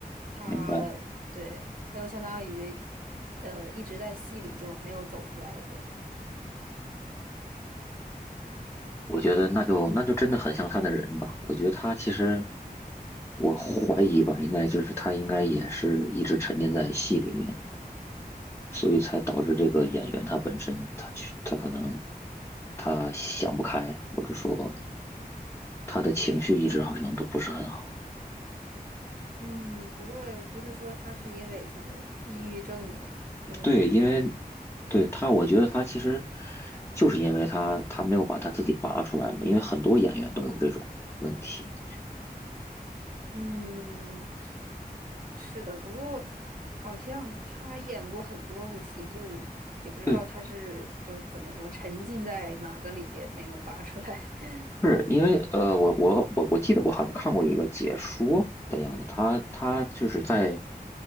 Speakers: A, on the right (about 60°); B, on the left (about 15°).
A: 他对他又相当于
B: 明白。
A: 呃一直在戏里就没有走出来过。
B: 我觉得那就那就真的很像她的人吧。我觉得她其实，我怀疑吧，应该就是她应该也是一直沉浸在戏里面。所以才导致这个演员他本身他去他可能他想不开，或者说他的情绪一直好像都不是很好。
A: 嗯，不过不是说他是因为什么抑郁症嘛，就可能，
B: 对，因为对他，我觉得他其实就是因为他他没有把他自己拔出来嘛，因为很多演员都有这种问题。
A: 嗯，是的。不过好像他演过很多部戏，就也不知道他是就怎么说沉浸在哪个里边没有拔出来。
B: 对，
A: <laughs>
B: 是因为呃，我我我我记得我好像看过一个解说的样子，他他就是在